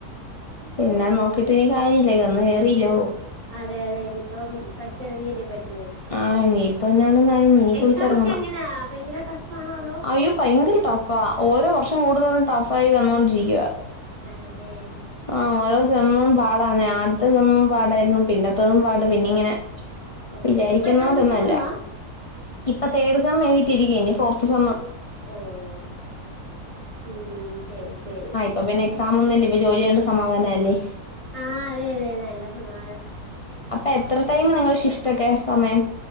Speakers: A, on the left (about 60°); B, on the right (about 55°).
A: പിന്നെ
B: ഉം
A: നോക്കിട്ട് ഇനി കാര്യം ഇല്ല വന്ന് കേറീല്ലോ.
B: അതെ അതെ ഇനിപ്പോം പഠിച്ചിറങ്ങില്ലേ പറ്റൂ.
A: ആഹ് ഇനിയിപ്പം ഞാനെന്തായാലും ഇന്ക്ക്
B: എക്സാം
A: വിളിച്ചിറങ്ങണം
B: ഒക്കെ എങ്ങനാ ഭയങ്കര ടഫ് ആണോ അതോ
A: അയ്യോ ഭയങ്കര ടഫാ ഓരോ വർഷം കൂടുതോറും ടഫായി വന്നോണ്ടിരിക്കുവ.
B: ആണല്ലേ..
A: ആഹ്‌ ഓരോ സെമ്മും പാടന്നെ ആദ്യത്തെ സമ്മും പാടായിരുന്നു പിന്നത്തതും പാട് പിന്നിംങ്ങനെ
B: ഓ
A: വിചാരിക്കുന്നപോലെയൊന്നുമല്ല.
B: ഇപ്പൊ എത്രാമത്തെ സെമ്മാ
A: ഇപ്പൊ തേർഡ് സം എഴുതിട്ടിരിക്കയിനി ഫോർത്ത് സെം
B: ഓഹ്‌ ഉം ശരി ശരി
A: അപ്പ പിന്നെ എക്സാം ഒന്നുല്ല ഇപ്പ ജോലി്യായോണ്ട് സമാധാനംല്ലേ
B: ആഹ് അതെ അതെ നല്ല സമാ
A: അപ്പൊ എത്ര ടൈം നിങ്ങള് ഷിഫ്റ്റ് ഒക്കെ സമയം